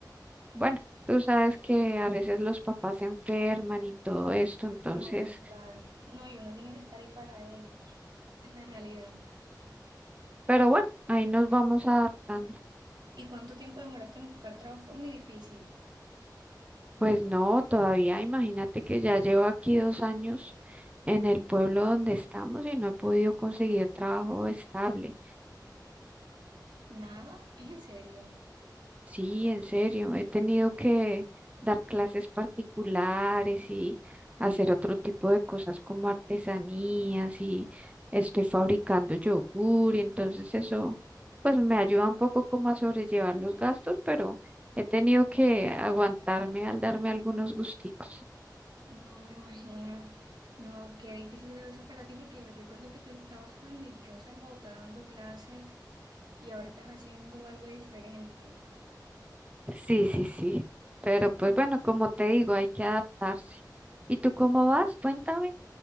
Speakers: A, on the right; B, on the right.
A: bueno, tú sabes que a veces los papás se enferman y todo esto, entonces,
B: No, claro. No, y uno tiene que estar ahí para ellos. Es la realidad.
A: pero bueno, ahí nos vamos adaptando.
B: ¿Y cuánto tiempo demoraste en buscar trabajo? Fue muy difícil.
A: Pues no, todavía imagínate que ya llevo aquí dos años en el pueblo donde estamos y no he podido conseguir trabajo estable.
B: Nada, es en serio.
A: Sí, en serio, he tenido que dar clases particulares y hacer otro tipo de cosas como artesanías y estoy fabricando yogur y entonces eso pues me ayuda un poco como a sobrellevar los gastos, pero he tenido que aguantarme al darme algunos gusticos.
B: No me imagino. No, qué difícil debe ser para ti porque yo recuerdo que tú estabas tan dichosa en Bogotá dando clases y ahora estás haciendo algo diferente.
A: Sí, sí, sí, pero pues bueno, como te digo, hay que adaptarse. ¿Y tú cómo vas? Cuéntame.